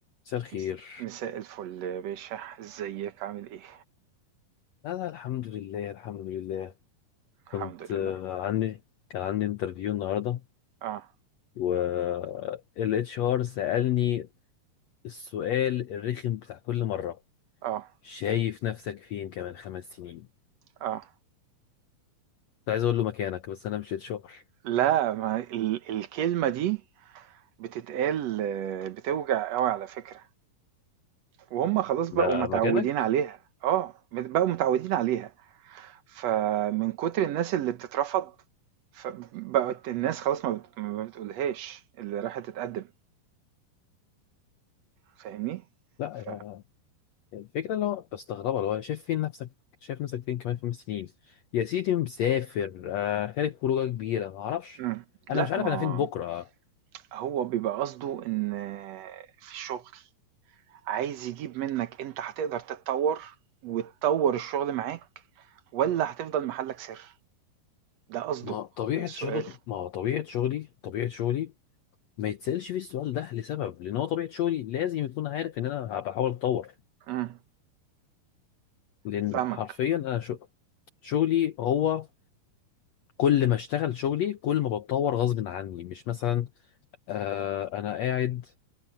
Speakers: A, on the left; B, on the right.
A: مساء الخير
B: مس- مساء الفل يا باشا ازيك عامل ايه
A: أنا الحمد لله الحمد لله
B: الحمد
A: كنت
B: لله
A: آه، عندي كان عندي انترفيو النهاردة
B: اه
A: وال اتش ار سألني السؤال الرخم بتاع كل مرة
B: اه
A: شايف نفسك فين كمان خمس سنين
B: اه
A: كنت عايز أقول له مكانك بس أنا مش اتش ار
B: لا ما ال الكلمة دي بتتقال آه، بتوجع قوي على فكرة وهم خلاص بقوا
A: ده
B: متعودين
A: مكانك؟
B: عليها اه بقوا متعودين عليها فمن كتر الناس اللي بتترفض فبقت الناس خلاص ما بت- ما بتقولهاش اللي راحت تتقدم فاهمني
A: لا
B: ف...
A: يا- الفكرة اللي هو بستغربها اللي هو شايف فين نفسك شايف نفسك فين كمان خمس سنين يا سيدي مسافر آه، خارج خروجة كبيرة معرفش
B: مم. لا
A: أنا مش عارف
B: ما
A: أنا فين بكرة
B: هو بيبقى قصده ان في الشغل عايز يجيب منك انت هتقدر تتطور وتطور الشغل معاك ولا هتفضل محلك سر ده قصده
A: ما طبيعة
B: من السؤال
A: شغل ما طبيعة شغلي طبيعة شغلي ما يتسألش فيه السؤال ده لسبب لأن هو طبيعة شغلي لازم يكون عارف إن أنا بحاول أتطور
B: امم
A: لأن
B: فاهمك
A: حرفيا أنا شو... شغلي هو كل ما اشتغل شغلي كل ما بتطور غصب عني مش مثلا آه أنا قاعد